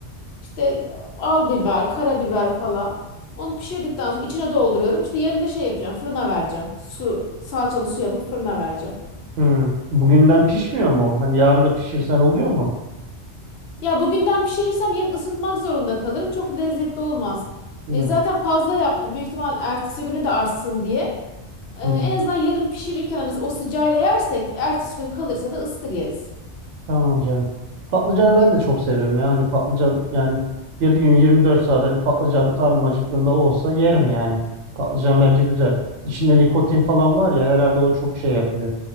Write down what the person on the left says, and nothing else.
İşte e, al biber, karabiber falan. Onu pişirdikten sonra içine dolduruyorum. İşte yarın da şey yapacağım fırına vereceğim. Su, salçalı su yapıp fırına vereceğim.
Ya bugünden pişirirsem yarın ısıtmak zorunda kalırım. Çok lezzetli olmaz.
E, zaten fazla yaptım. Büyük ihtimal ertesi güne de artsın diye. E,
en azından yarın pişirirken hani o sıcağıyla yersek ertesi gün kalırsa da ıstır yeriz.